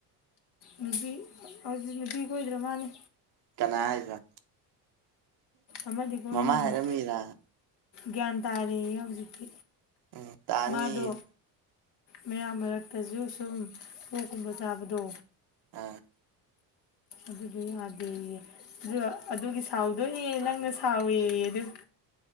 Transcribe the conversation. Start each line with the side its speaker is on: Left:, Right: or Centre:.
Left: ꯅꯨꯄꯤ ꯑꯗꯨ ꯅꯨꯄꯤ ꯀꯣꯏꯗ꯭ꯔ ꯃꯥꯟꯅꯦ
Right: ꯀꯅꯥ ꯍꯥꯏꯔꯤꯕ
Left: ꯑꯃꯗꯤ ꯀꯣꯏ
Right: ꯃꯃꯥ
Left: ꯃꯥꯜꯂꯦ
Right: ꯍꯥꯏꯔꯝꯃꯤꯔꯥ
Left: ꯒ꯭ꯌꯥꯟ ꯇꯥꯔꯦꯌꯦ ꯍꯧꯖꯤꯛꯇꯤ
Right: ꯎꯝ ꯇꯅꯤ
Left: ꯃꯥꯗꯣ ꯃꯌꯥꯝ ꯃꯔꯛꯇꯁꯨ ꯁꯨꯝ ꯄꯣꯛꯀꯨꯝꯕ ꯆꯥꯕꯗꯣ
Right: ꯍ
Left: ꯑꯗꯨꯗꯣ ꯌꯥꯗꯦꯌꯦ ꯑꯗꯨ ꯑꯗꯨꯒꯤ ꯁꯥꯎꯗꯣꯏꯅꯦ ꯅꯪꯅ ꯁꯥꯎꯋꯦꯌꯦ ꯑꯗꯨ <inaudible> ꯑ